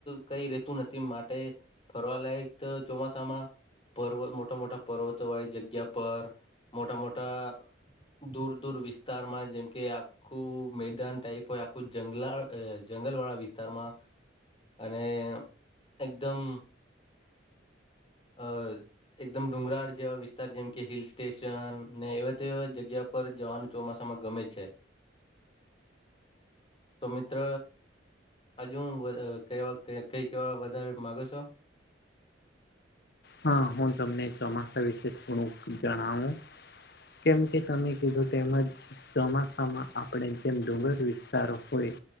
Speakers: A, on the left; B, on the left.
A: કઈ રહેતું નથી માટે ફરવા લાયક ચોમાસામાં, પર્વ મોટા-મોટા પર્વતો વાળી જગ્યા પર મોટા-મોટા, દૂર દૂર વિસ્તારમાં જેમકે આ, ્ આખું મેદાન ટાઈપ હોય આખું જંગલ વાળા વિસ્તારમાં, અને એકદમ, અ એકદમ ડુંગરાળ જેવા વિસ્તાર જેમ કે હિલ સ્ટેશન ને એવા તેવા જગ્યા, પર જવાનું ચોમાસામાં ગમે છે. તો મિત્ર હજુ કેવા કઈ કેવા વધારે માગો છો.
B: હા હું તમને ચોમાસા વિશે થોડુંક જણાવું. કેમ કે તમે કહ્યું તેમજ, ચોમાસામાં આપણે જેમ ડુંગર વિસ્તારો હોય.